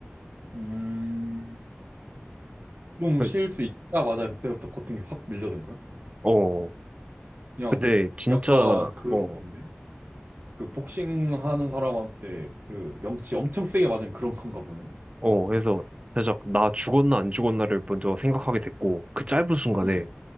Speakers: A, on the right; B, on the right.
A: 음, 좀
B: 그-
A: 쉴 수 있자마자 그때부터 고통이 확 밀려든 거야?
B: 어,
A: 그냥
B: 근데 진짜
A: 약간 그런
B: 어,
A: 건데? 그 복싱 하는 사람한테 그 명치 엄청 세게 맞은 그런 건가 보네.
B: 어, 해서 살짝 나 죽었나 안 죽었나를 먼저 생각하게 됐고 그 짧은 순간에
A: 응,